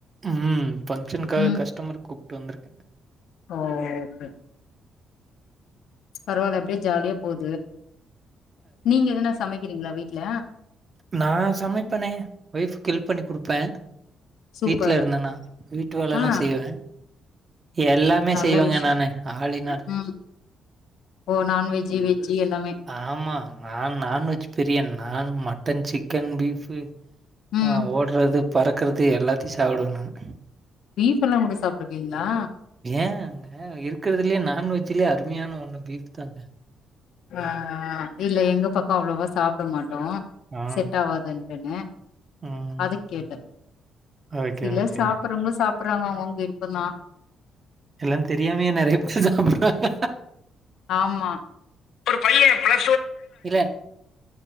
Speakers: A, on the right (about 35°); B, on the left (about 75°).
A: ம் ஃபங்க்ஷனுக்காக
B: ம்
A: கஸ்டமர் கூப்ட்டு வந்திருக்கே
B: ஓ கே பரவால்ல அப்டியே ஜாலியா போது நீங்க எதுனா சமைக்கிறீங்ளா வீட்ல
A: நா சமைப்பேனே ஒய்ஃபுக்கு ஹெல்ப் பண்ணி கொடுப்ப
B: சூப்பரு
A: வீட்ல இருந்தனா வீட்டு வேல எல்லா
B: ஆ
A: செய்வே எல்லாமே
B: நல்ல
A: செய்வேங்க
B: விஷய
A: நானு ஆளின்னால்
B: ம் ஓ நான்வெஜி வெஜ்ஜி எல்லாமே
A: ஆமா நா நான்வெஜ் பிரியன் நா மட்டன் சிக்கன் பீப்ஃபு
B: ம்
A: ஆ ஓடுறது பறக்குறது எல்லாத்தையு சாப்பிடுவ நானு
B: பீப்ஃபு எல்லா கூட சாப்டுவீங்ளா
A: ஏங்க இருக்கறதுலயே நான்வெஜ்லயே அருமையான ஒண்ணு பீஃப் தாங்க
B: ஆ இல்ல எங்க பக்கோ அவ்ளோவா சாப்ட மாட்டோ
A: ஆ
B: செட் ஆவாதுன்ட்டுனு
A: ம்
B: அது கேட்ட
A: ஓகே
B: சிலர்
A: ஓகே
B: சாப் பறவங்க சாப்பறாங்க அவங்கவங் விருப்ப தா
A: எல்லா தெரியாமையே நெறைய பேர் சாப்பறாங்க
B: ஆமா என்ன
A: இல்ல